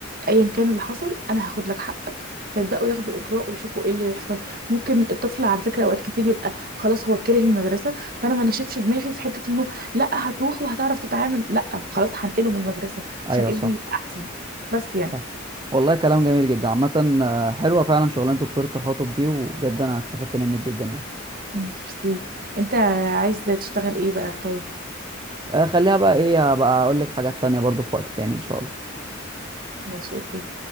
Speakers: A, on the right; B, on the right.
A: ايا كان اللي حصل انا هاخد لك حقك فيبداوا ياخدوا اجراء ويشوفوا ايه اللي يحصل ممكن الطفل على فكره اوقات كتير بيبقى خلاص هو كره المدرسه فانا ما نشفش دماغي في حته انه لا هتروح وهتعرف تتعامل لا خلاص هنقله من المدرسه
B: ايوه
A: عشان ابني
B: صح
A: يبقى احسن بس يعني
B: صح والله كلام جميل جدا عامة آه، حلوة فعلا شغلانة دكتور التخاطب دي وبجد أنا استفدت منك جدا يعني
A: مم، ميرسي انت عايز تشتغل ايه بقى طيب
B: آه، خليها بقى إيه بقى أقول لك حاجات تانية برضو في وقت تاني إن شاء الله
A: ماشي اوكي